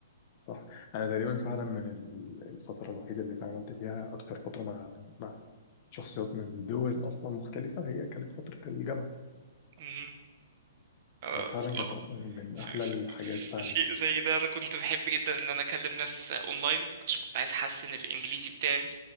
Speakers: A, on the left; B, on the right.
A: صح انا تقريبا فعلا من ال- الفتره الوحيده اللي اتعاملت فيها اكتر فتره مع مع شخصيات من دول اصلا مختلفه هي كانت فتره الجامعه
B: أمم. اه بصراحه
A: فعلا كانت أصلاً من
B: ف-
A: احلى
B: ف-
A: الحاجات فعلا
B: في شيء زي ده انا كنت بحب جدا ان انا اكلم ناس اونلاين عشان كنت عايز احسن الانجليزي بتاعي